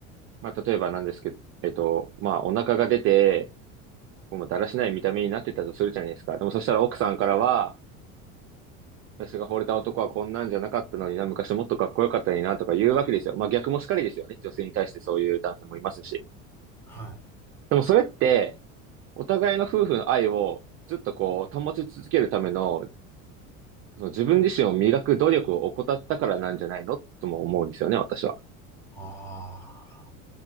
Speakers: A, on the right (about 35°); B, in the centre.
A: まあ、例えばなんですけど、えっと、まあ、お腹が出て、もうだらしない見た目になってたとするじゃないですか。でもそしたら奥さんからは、私が惚れた男はこんなんじゃなかったのにな、昔もっとかっこよかったのにな、とか言うわけですよ。まあ、逆もしかりですよね。女性に対してそういう男性もいますし。
B: はい。
A: でもそれって、お互いの夫婦の愛をずっとこう、保ち続けるためのその自分自身を磨く努力を怠ったからなんじゃないのとも思うんですよね、私は。
B: あ